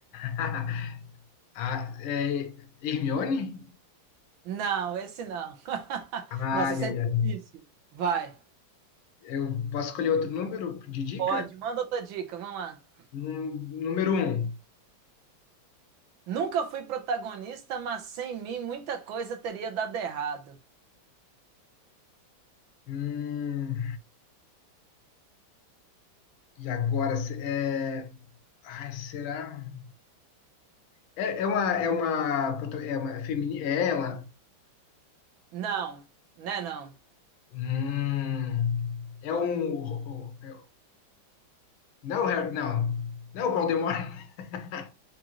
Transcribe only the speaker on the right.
Não, esse não. <laughs>
Nossa, esse
é difícil.
Vai.
Pode, manda outra dica, vamos lá.
Nunca fui protagonista, mas sem mim muita coisa teria dado errado.
Não, né não.